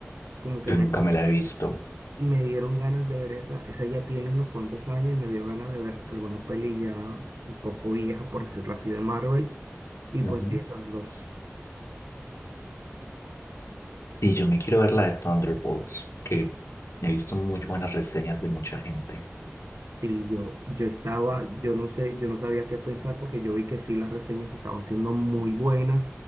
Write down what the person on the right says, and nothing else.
como que
me,
me dieron ganas de ver esa, esa ya tiene unos cuantos años y me dio ganas de ver alguna peli ya un poco vieja, por decirlo así, de Marvel, y pues
vi esas dos.
Sí, yo, yo estaba, yo no sé, yo no sabía qué pensar porque yo vi que sí, las reseñas estaban siendo muy buenas